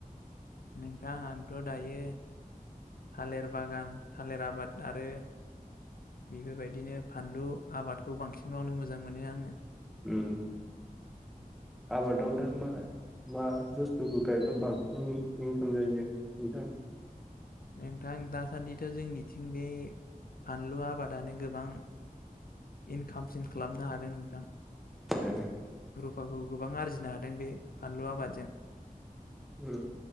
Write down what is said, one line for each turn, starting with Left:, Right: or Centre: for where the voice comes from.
Left: नोंथां आंथ' दायो थालेर बागान थालेर आबाद आरो बेफोरबायदिनो फानलु आबादखौ बांसिन मावनो मोजां मोनो आङो।
Centre: उम
Left: <inaudible>
Centre: आदाव दा मा मा बुस्थुखौ गायबा बांसिन इंकाम जायो नोंथां?
Left: नोंथां दासान्दिथ' जोंनिथिं बे फानलु आबादानो गोबां इनकामसिन खालामनो हादों नोंथां।
Centre: ए
Left: फाखौ गोबां आरजिनो हादों बे फानलु आबादजों।
Centre: ओम